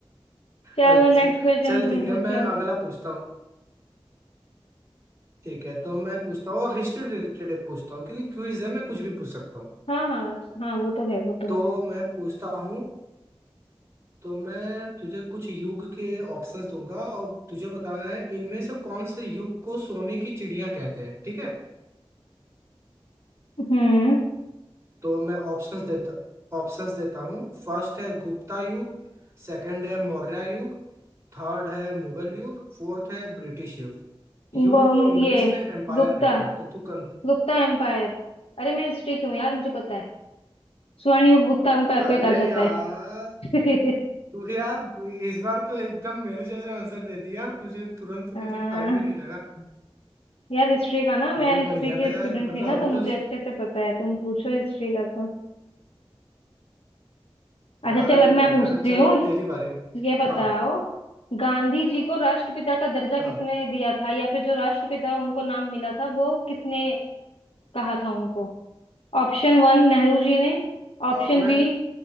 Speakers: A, on the left (about 85°); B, on the right (about 25°).
A: चलो
B: अच्छा
A: नेक्स्ट क्वेश्चन
B: चल
A: तुम
B: ठीक है
A: पूछो
B: मैं अगला पूछता हूँ ठीक है तो मैं पूछता हूँ हिस्ट्री रिलेटेड एक पूछता हूँ क्योंकि क्विज है मैं कुछ भी पूछ सकता हूँ
A: हाँ हाँ हाँ वो तो है वो तो
B: तो
A: है
B: मैं पूछता हूँ तो मैं तुझे कुछ युग के ऑप्शंस दूंगा और तुझे बताना है इनमें से कौन से युग को सोने की चिड़िया कहते हैं ठीक है
A: हम्म
B: तो मैं ऑप्शंस देता ऑप्शंस देता हूँ फर्स्ट है गुप्ता युग सेकंड है मौर्य युग थर्ड है मुगल युग फोर्थ है ब्रिटिश युग युग
A: गो
B: को इंग्लिश
A: ये
B: में एम्पायर
A: गुप्ता
B: कहते हैं तो तू कन
A: गुप्ता एम्पायर अरे मैं हिस्ट्री क्यों यार मुझे पता है स्वर्णयुग गुप्ता एम्पायर को
B: अरे
A: ही कहा जाता
B: यार
A: है <laughs>
B: तू यार इस बार तो एकदम मेरे जैसे आंसर दे दिया यार तुझे तुरंत
A: आ,
B: मतलब टाइम भी नहीं लगा
A: यार हिस्ट्री का ना मैं
B: ये
A: हिस्ट्री
B: बढ़िया
A: की
B: था यार
A: स्टूडेंट
B: मतलब
A: थी ना
B: अभी
A: तो मुझे
B: तो
A: अच्छे से पता है तुम पूछो हिस्ट्री का तो।
B: यार
A: अच्छा चल
B: ये
A: अब
B: बढ़िया
A: मैं पूछती
B: था चल
A: हूँ
B: अब तेरी बारी
A: ये बताओ
B: हाँ
A: गांधी जी को राष्ट्रपिता का दर्जा किसने
B: हाँ
A: दिया था या फिर जो राष्ट्रपिता उनको नाम मिला था वो किसने कहा था उनको ऑप्शन वन नेहरू जी ने
B: अ,
A: ऑप्शन
B: मैं
A: बी